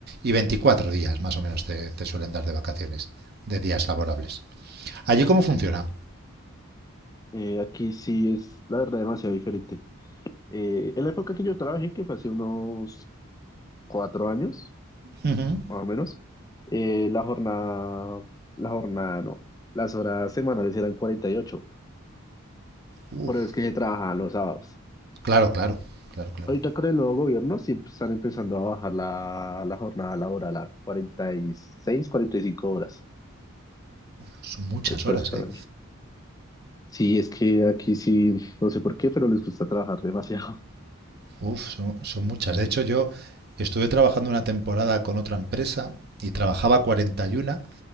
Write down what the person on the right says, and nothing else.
y 24 días, más o menos, te, te suelen dar de vacaciones, de días laborables. ¿Allí cómo funciona?
Ujú.
Uf,
claro, claro, claro, claro.
Son muchas
horas,
¿eh?
Uf, son, son muchas. De hecho, yo estuve trabajando una temporada con otra empresa y trabajaba 41.